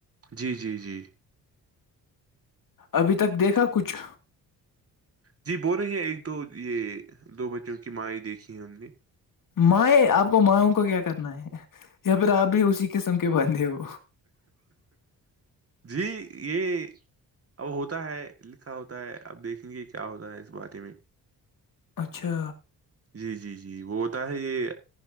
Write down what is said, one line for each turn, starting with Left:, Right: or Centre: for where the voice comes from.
Right: جی جی جی
Left: ابھی تک دیکھا کچھ
Right: جی بول رہے ہیں ایک دو یہ دو بچوں کی ماں ہی دیکھی ہے ان نے
Left: مائیں آپ کو ماوں کو کیا کرنا ہے یا پھر آپ بھی اسی قسم کے بندھے ہو
Right: جی یہ اب ہوتا ہے لکھا ہوتا ہے اب دیکھیں گے کیا ہوتا ہے اس بارے میں
Left: اچھا
Right: جی جی جی وہ ہوتا ہے یہ